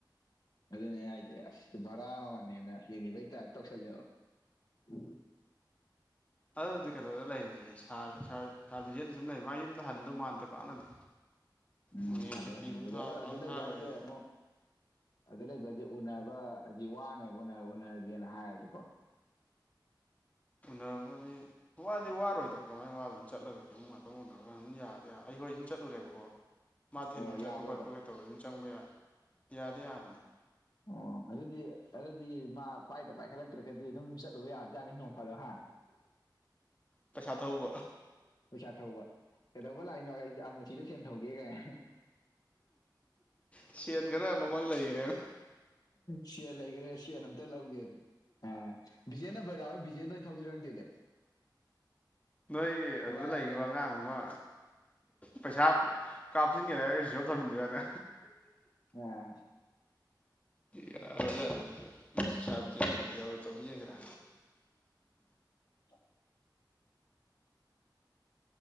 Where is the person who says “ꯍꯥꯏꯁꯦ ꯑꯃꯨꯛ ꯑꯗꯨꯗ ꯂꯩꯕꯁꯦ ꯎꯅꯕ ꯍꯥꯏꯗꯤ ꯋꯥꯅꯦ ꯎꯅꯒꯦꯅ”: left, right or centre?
Left